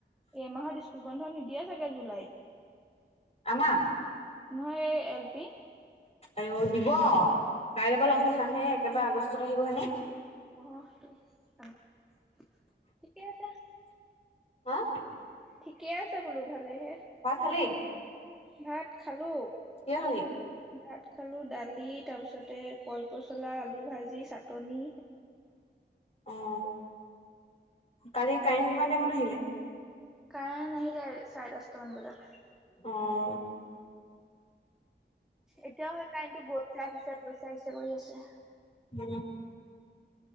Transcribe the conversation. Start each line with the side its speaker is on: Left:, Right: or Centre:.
Centre: এই মাহত স্কুল বন্ধ নিদিয়ে চাগে জুলাইত।
Left: আমাৰ
Centre: নহয়, এই এল পি।
Left: আৰু দিব, কাইলৈ পৰা ল'ৰা-ছোৱালী নাহে একেবাৰে আগষ্টত আহিব হেনো।
Centre: অ', সেইটো কথা আৰু ঠিকে আছে।
Left: হাঁ?
Centre: ঠিকে আছে বোলো ভালে'হে।
Left: ভাত খালি?
Centre: ভাত খালোঁ।
Left: কিহে খালি?
Centre: ভাত খালো, দালি তাৰ পিছতে কল পচলা, আলু ভাজি, চাট- নি।
Left: অ', কালি কাৰেণ্ট কিমান টাইমত আহিলে?
Centre: কাৰেন্ট আহিলে চাৰে দচটামান বজাত।
Left: অঁ',।
Centre: এতিয়াও সেই কাৰেন্ট টো গৈছে, আহিচে, গৈছে, আহিচে কৰি আছে।
Left: <unintelligible>